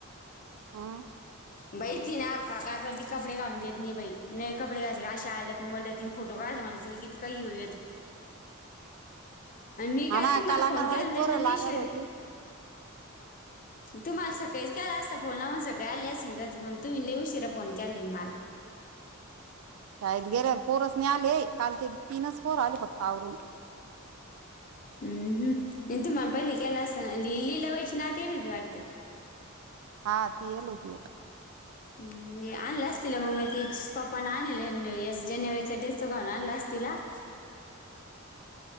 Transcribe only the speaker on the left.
बाई ती ना काय करते बाई कपडे घालून देत नाय कपडे घातली की अशी ओरडतील आवडते आणि. <unintelligible> ो काय स म्हण त किती काही येऊया तू. आणि मी
काय
तुमही
मला केला
त्याश
तुम्हाला सकाळीच केला असता फोन सगळे आले असं पर लईच उशिरा फोन केला तुम्ही मला
हम् हम तू मला पहिली गला असता लिलीि लवायची ना ते ना वाटत.
नाही आणलं अस तिला मग म त चिज पप्पा आण या जानेवारीचा टस तो कर आणला अस तिला <unintelligible>